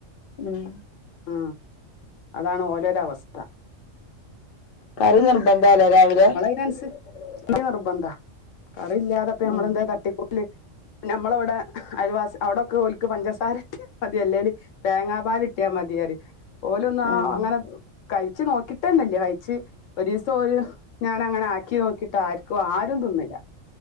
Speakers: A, on the left; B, on the left.
A: ഉം
B: മം അതാണ് ഓരെ ഒര്അവസ്ഥ
A: കറി നിർബന്ധമാണല്ലോ രാവിലെ
B: <unintelligible> നിർബന്ധ കറി ഇല്ലാതിപ്പോ നമ്മള്
A: ഉം
B: എന്താ തട്ടിക്കൂട്ട് അപ്പൊ നമ്മളവിടെ അയൽവാസ് അവിടെയൊക്കെ ഒലക്ക് പഞ്ചസാര മതി അല്ലേല് തേങ്ങാപാല് കിട്ടിയ മതി പറയും. ഓല് ഒന്ന് ആ
A: ഉം
B: അങ്ങനെ കഴിച്ചു നോക്കിട്ടേന്നല്ല. കഴിച്ച് ഒരു ദിവസം ഓര് ഞാൻ അങ്ങനെ ആക്കി നോക്കിട്ട് ആർക്കും ആരും തിന്നില്ല